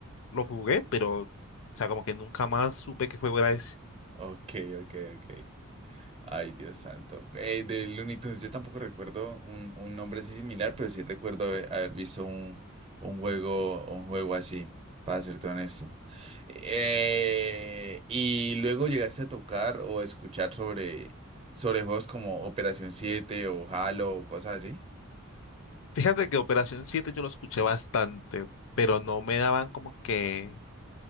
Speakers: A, on the left; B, on the right.
A: lo jugué, pero, o sea, como que nunca más supe qué juego era ese.
B: Ok, ok, ok. Ay, Dios santo. Eh, de Looney Tunes, yo tampoco recuerdo un, un nombre así similar, pero sí recuerdo haber haber visto un, un juego, un juego así, para serte honesto. Eh, y luego llegaste a tocar o escuchar sobre, sobre juegos como Operación Siete o Halo o cosas así.
A: Fíjate que Operación siete yo lo escuché bastante, pero no me daban como que